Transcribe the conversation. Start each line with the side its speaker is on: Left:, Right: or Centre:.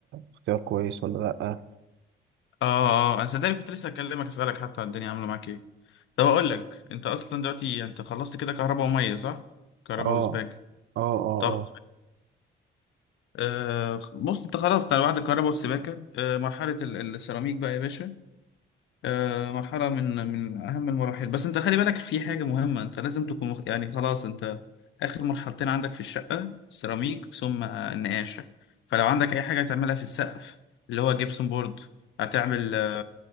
Right: اختيار كويس ولا لا
Left: اه انا صدقني كنت لسه اكلمك اسالك حتى الدنيا عامله معاك ايه طب اقول لك انت اصلا دلوقتي انت خلصت كده كهرباء وميه صح كهرباء
Right: اه
Left: وسباكه
Right: اه اه
Left: طب
Right: اه
Left: آه بص انت خلاص انت على وعد الكهرباء والسباكه آه مرحله ال- السيراميك بقى يا باشا آه، مرحلة من من أهم المراحل بس أنت خلي بالك في حاجة مهمة أنت لازم تكون مخ- يعني خلاص أنت آخر مرحلتين عندك في الشقة سيراميك ثم آه، النقاشة فلو عندك أي حاجة تعملها في السقف اللي هو جبسون بورد هتعمل آه،